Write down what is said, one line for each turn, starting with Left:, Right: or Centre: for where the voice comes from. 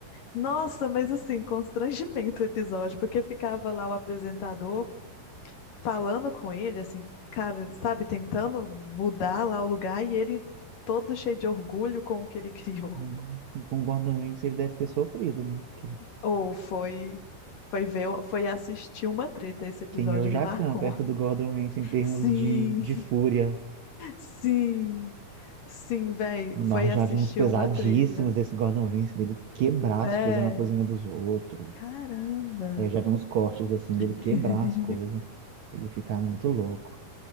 Left: Nossa, mas assim, constrangimento o episódio, porque ficava lá o apresentador falando com ele, assim, cara, sabe, tentando mudar lá o lugar e ele todo cheio de orgulho com o que ele <laughs> criou.
Right: Ai, e com o Gordon Ramsay ele deve ter sofrido, né? Porque
Left: Ou foi foi ver, foi assistir uma treta, esse episódio
Right: quem é o Jacan
Left: me marcou.
Right: perto do Gordon Ramsay em termos
Left: Sim,
Right: de, de fúria?
Left: <laughs> sim, sim, véi,
Right: Nós
Left: foi assistir
Right: já vimos pesadíssimos
Left: uma treta.
Right: desse Gordon Ramsay, dele quebrar
Left: É,
Right: as coisas na cozinha dos outros.
Left: caramba.
Right: Eu já vi uns cortes assim dele
Left: <laughs>
Right: quebrar as coisas, ele ficar muito louco.